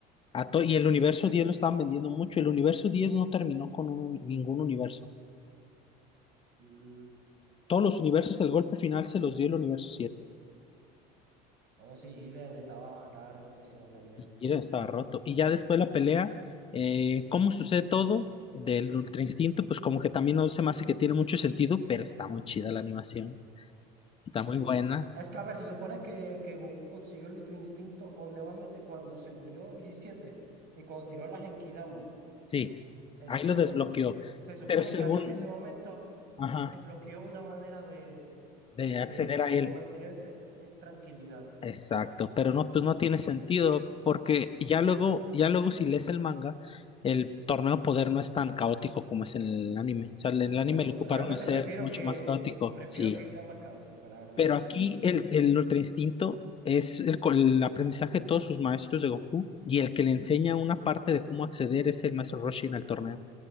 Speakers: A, on the left; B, on the right.
A: A to- y el universo diez lo estaban vendiendo mucho. El universo diez no terminó con un- ningún universo.
B: Mm.
A: Todos los universos, el golpe final se los dio el universo siete
B: A ver si Jiren estaba, estaba rotísimo también.
A: Y Jiren estaba roto. Y ya después de la pelea, eh, ¿cómo sucede todo? Del Ultra Instinto, pues como que también no se me hace que tiene mucho sentido, pero está muy chida la animación. Está
B: Sí.
A: muy buena.
B: Es que, a ver, se supone que, que Goku consiguió el Ultra Instinto o nuevamente cuando se murió 17 y cuando tiró la Genkidama.
A: Sí,
B: Esto,
A: ahí lo desbloqueó.
B: se supone
A: Pero según...
B: que ahí en ese momento
A: Ajá.
B: desbloqueó una manera de,
A: de
B: de,
A: acceder a él.
B: de mantenerse en tranquilidad.
A: Exacto, pero no, pues no tiene sentido porque ya luego, ya luego si lees el manga, el torneo de poder no es tan caótico como es en el anime. O sea, en el anime
B: Bueno,
A: lo ocuparon
B: realmente
A: a ser
B: prefiero
A: mucho
B: que,
A: más caótico,
B: prefiero
A: sí.
B: que sea más caótico, la verdad,
A: Pero
B: de
A: aquí
B: opinión personal.
A: el, el Ultra Instinto es el, co- el aprendizaje de todos sus maestros de Goku y el que le enseña una parte de cómo acceder es el maestro Roshi en el torneo.